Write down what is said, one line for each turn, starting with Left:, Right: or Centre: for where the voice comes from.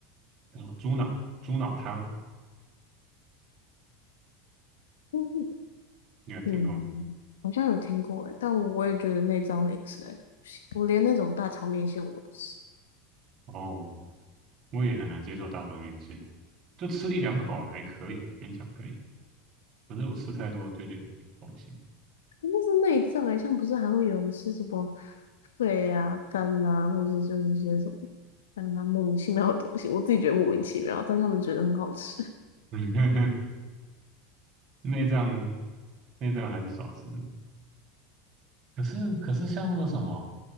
Right: 那个猪脑猪脑汤，
Left: <laughs>
Right: 你有听过吗？
Left: 嗯，好像有听过诶，但我也觉得内脏类的实在是我连那种大肠面线我都不吃，
Right: 哦，我也很难接受大肠面线，就吃一两口还可以，勉强可以。可是我吃太多就觉得恶心，
Left: 那是内脏诶，像不是还会有人吃什么肺啊、肝啊，或者就是一些什么，让他莫名其妙的东西，我自己觉得莫名其妙，但他们觉得很好吃。<laughs>
Right: <laughs> 内脏内脏还是少吃。可是可是像那个什么